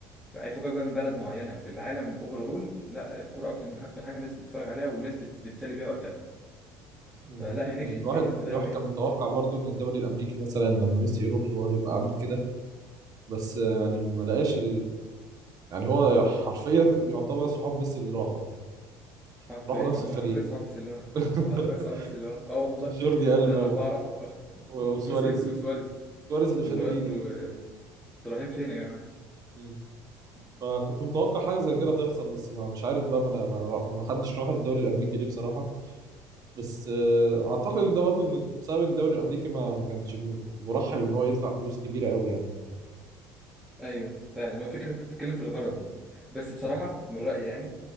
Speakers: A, in the centre; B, on the right (about 50°).
A: اي فوجئك بقى من بلد معينه في العالم اول لا الكوره اكتر اكتر حاجه الناس بتتفرج عليها والناس بت... بتسلي بيها وقتها
B: امم
A: فلا هي نجحت
B: يعني الواحد
A: نجحت في ده
B: الواحد
A: قوي
B: كان
A: يعني
B: متوقع برضو إن الدوري الأمريكي مثلا لما ميسي يروح له هيبقى عامل كده بس يعني ما لقاش يعني هو حرفيا يعتبر صحاب ميسي اللي راحوا
A: حرفيا
B: وراحوا نفس
A: هو
B: الفريق
A: حرفيا صعب بس اللي راح
B: <laughs>
A: <laughs> هو حرفيا صعب بس اللي راح اه والله
B: جوردي ألبا
A: ثلاثة
B: و-
A: أربعة راحوا <laughs> وخلاص.
B: وسواريز
A: وبوسكيتس وسواريز
B: سواريز اللي
A: فاللي
B: مش قادر
A: هو انتوا
B: يجري
A: آه، انتوا رايحين فين يا جماعة
B: مم. فكنت متوقع حاجة زي كده تحصل بس ما مش عارف بقى ما أنا- ما ما حدش راح الدوري الأمريكي ليه بصراحة بس آه، أعتقد إن ده برضه إن بسبب إن الدوري الأمريكي ما ما كانش م- مرحب إن هو يدفع فلوس كبيرة قوي يعني
A: ايوه فعلا هو فكره انت بتتكلم في الغرض بس بصراحه
B: مم.
A: من رايي يعني